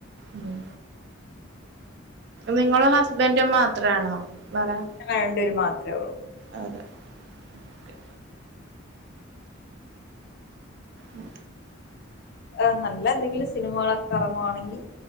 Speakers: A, on the right; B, on the left.
A: ഉം നിങ്ങളും ഹസ്ബന്റും മാത്രാണോ വറെ
B: ഞങ്ങ രണ്ട് പേര് മാത്രഒള്ളൂ
A: അതെ ഓക്കേ ഉം
B: ആഹ് നല്ല എന്തെങ്കിലും സിനിമകളൊക്കെ എറങ്ങുവാണെങ്കി.